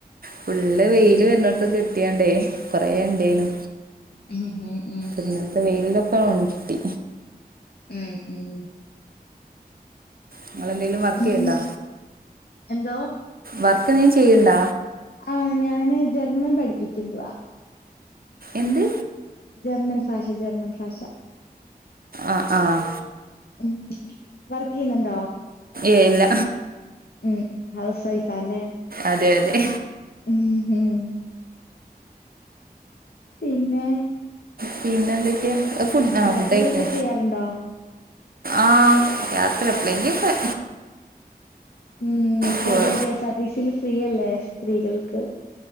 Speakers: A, on the right; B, on the left.
A: ഫുള്ള് വെയില്
B: ഉം.
A: വരുന്നിടത്തൊക്ക കെട്ടിയണ്ടേ. കൊറെ ഇണ്ടേനു
B: ഉം, ഉം, ഉം,
A: ഇന്നത്തെ വെയിലിലൊക്കെ ഒണങ്ങികിട്ടി.
B: ഉം ഉം.
A: നിങ്ങളെന്തെലും വർക്ക്
B: ഉം,
A: ചെയ്യണ്ടോ
B: എന്തോ
A: വർക്ക് എന്തേലും ചെയ്ണ്ട.
B: ആഹ് ഞാന് ജർണം പഠിപ്പിക്കുന്നതാ
A: എന്ത്?
B: ജർമ്മൻ ഭാഷ ജർമ്മൻ ഭാഷ.
A: ആഹ് ആഹ്.
B: ഉം വർക്ക് ചെയ്യുന്നുണ്ടോ.
A: ഏയ് ഇല്ല
B: ഉം ഹൗസ് വൈഫ് ല്ലേ.
A: അതെ അതെ.
B: ഉ ഉം പിന്നെ.
A: പിന്നെ എന്തൊക്കെ ഫുഡ്ആ
B: യാത്രകളൊക്കെ
A: ഫുഡയിക്ക.
B: ചെയ്യാറുണ്ടോ
A: ആഹ് യാത്ര എപ്പളെങ്കിലൊക്ക.
B: ഉം ഇപ്പോ
A: പോവാ
B: അതെ കെ എസ് ആർ ടിസിയിൽ ഫ്രീയല്ലേ സ്ത്രീകൾക്ക്.